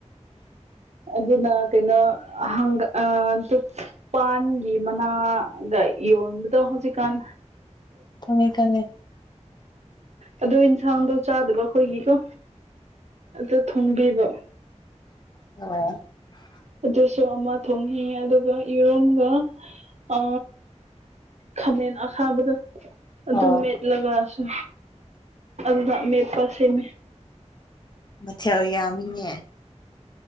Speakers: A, on the right (about 65°); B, on the left (about 35°).
A: ꯑꯗꯨ ꯂ ꯀꯩꯅꯣ ꯍꯪꯒꯥ ꯄꯥꯟꯒꯤ ꯃꯅꯥꯒ ꯌꯣꯟꯕꯗꯣ ꯍꯧꯖꯤꯛ ꯀꯥꯟ
B: ꯈꯪꯉꯦ ꯈꯪꯉꯦ
A: ꯑꯗꯨ ꯌꯦꯟꯁꯥꯡꯗꯣ ꯆꯥꯗꯕ ꯑꯩꯈꯣꯏꯒꯤꯀꯣ ꯑ ꯊꯣꯡꯕꯤꯕ ꯑ <unintelligible> <inaudible>
B: ꯑꯣ <unintelligible> <inaudible>
A: ꯑꯗꯨꯁꯨ ꯑꯃ ꯊꯣꯡꯉꯤ ꯑꯗꯨꯒ ꯌꯦꯔꯨꯝꯒ ꯑ ꯈꯃꯦꯟ ꯑꯁꯥꯕꯗ ꯑꯗꯨ
B: ꯑꯣ
A: ꯃꯦꯠꯂꯒꯁꯨ ꯑꯗꯨꯅ ꯃꯦꯠꯄ ꯁꯦꯝꯃꯤ
B: ꯃꯊꯌꯥ ꯌꯥꯝꯃꯤꯅꯦꯦ